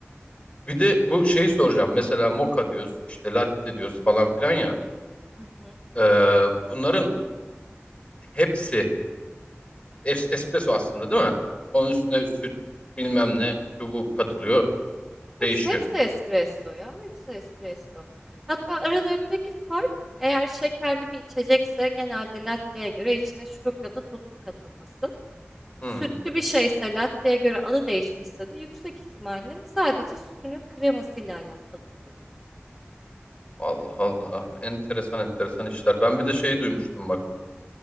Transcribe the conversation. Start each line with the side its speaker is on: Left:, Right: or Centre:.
Left: Bir de bu şeyi soracağım mesela moka diyoruz işte latte diyoruz falan filan ya.
Centre: Hı hı.
Left: Ee, bunların Hepsi es- espresso aslında değil mi? Onun üstüne süt bilmem ne şu bu katılıyor değişiyor.
Centre: Hepsi, hepsi espresso ya. Hepsi espresso. Hatta aralarındaki fark eğer şekerli bir içecekse genelde latte'ye göre içine şurup ya da sosun katılması.
Left: Hmm.
Centre: Sütlü bir şeyse latte'ye göre adı değişmişse de yüksek ihtimalle sadece sütünün kremasıyla alakalı bir durum.
Left: Allah Allah enteresan enteresan işler. Ben
Centre: Aynen.
Left: bir de şey duymuştum bak.